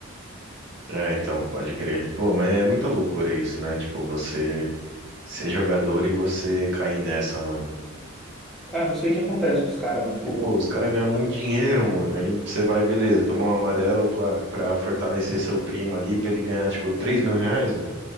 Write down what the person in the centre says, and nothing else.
Cara, não sei o que acontece com os caras, mano. Tipo,